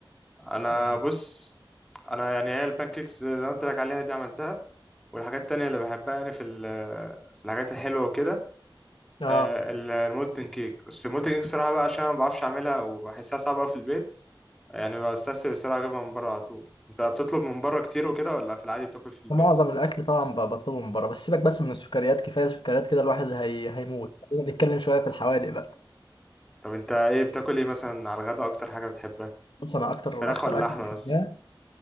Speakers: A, in the centre; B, on the left.
A: انا
B: يعني
A: بص انا يعني هي البانكيكس اللي انا قلت لك عليها دي عملتها والحاجات التانية اللي بحبها يعني في ال- في الحاجات الحلوة وكده
B: اه
A: آه، ال- المولتن كيك بس المولتن كيك صراحة بقى عشان أنا ما بعرفش أعملها وبحسها صعبة أوي في البيت يعني بستسهل الصراحة أجيبها من بره على طول أنت بتطلب من بره كتير وكده ولا في العادي بتاكل في البيت
B: معظم الاكل طبعا ب- بطلبه من بره بس سيبك بس من السكريات كفايه سكريات كده الواحد هي... هيموت خلينا نتكلم شويه في الحوادق بقى
A: طب أنت إيه بتاكل إيه مثلا على الغدا أكتر حاجة بتحبها
B: بص انا اكتر
A: فراخ
B: اكتر
A: ولا
B: اكل
A: لحمة
B: بحبها
A: بس